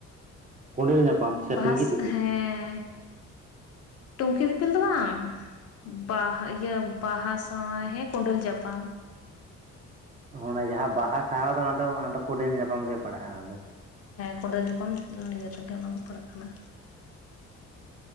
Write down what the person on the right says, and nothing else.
ᱠᱚᱸᱰᱮᱞ ᱧᱟᱯᱟᱢ ᱥᱮ
ᱴᱩᱝᱠᱤ ᱫᱤᱯᱤᱞ
<unintelligible>